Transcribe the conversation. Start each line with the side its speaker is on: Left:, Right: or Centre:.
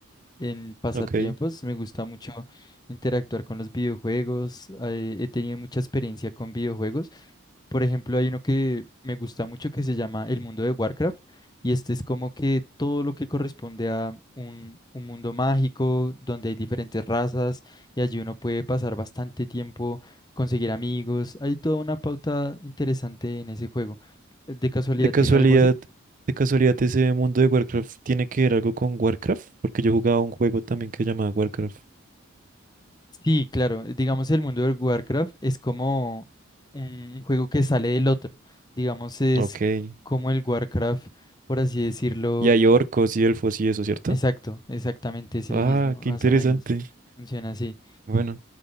Left: En pasatiempos
Right: Ok.
Left: me gusta mucho interactuar con los videojuegos. eh, he tenido mucha experiencia con videojuegos por ejemplo, hay uno que me gusta mucho que se llama El mundo de Warcraft y este es como que todo lo que corresponde a un, un mundo mágico donde hay diferentes razas y allí uno puede pasar bastante tiempo, conseguir amigos. Hay toda una pauta interesante en ese juego. ¿De casualidad
Right: De casualidad,
Left: tiene algo así?
Right: de casualidad ese mundo de Warcraft tiene que ver algo con Warcraft, porque yo jugaba un juego también que llamaba Warcraft.
Left: Sí, claro. Digamos, el mundo de Warcraft es como un juego que sale del otro. Digamos, es
Right: Ok.
Left: como el Warcraft, por así decirlo
Right: Y hay orcos y elfos y eso, ¿cierto?
Left: Exacto, exactamente es el
Right: Ah,
Left: mismo, más
Right: qué interesante.
Left: o menos. Funciona así.
Right: Bueno,